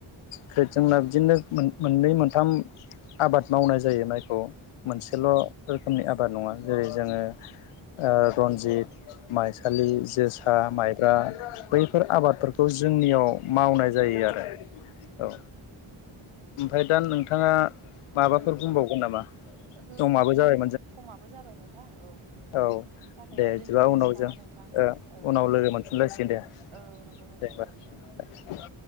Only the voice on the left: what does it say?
खो जोंना बिदिनो मोन मोननै मोनथाम आबाद मावनाय जायो माइ औ मोनसेल रोखोमनि आबाद नङा जेरै जोङो ओ रनजित, माइसालि जोसा
माइब्रा
बैफोर आबादफोरखौ जोंनियाव मावनाय जायो
आरो औ ओमफ्राय दा नोंथाङा माबाफोर
बुंबावगोन नामा
समाबो जाबाय
औ
दे बिदिबा
उनाव
जों
ओ
उनाव लोगो मोनफिनलायसिगोन दे।
दे होमबा।